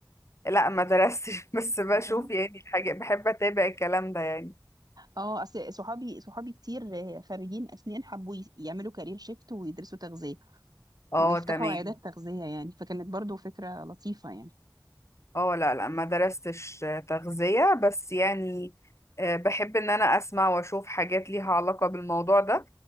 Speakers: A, on the left; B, on the right.
A: لا ما درستش <laughs> بس بشوف
B: اه
A: يعني الحاجات بحب أتابع الكلام ده يعني
B: اه اصل صحابي صحابي كتير آه، خريجين اسنان حبوا ي- يعملوا كارير شيفت ويدرسوا تغذية
A: اه
B: ويفتحوا
A: تمام
B: عيادات تغذية يعني فكانت برضو فكرة لطيفة يعني
A: اه لا لا ما درستش آه، تغذية بس يعني آه، بحب ان انا اسمع واشوف حاجات ليها علاقة بالموضوع ده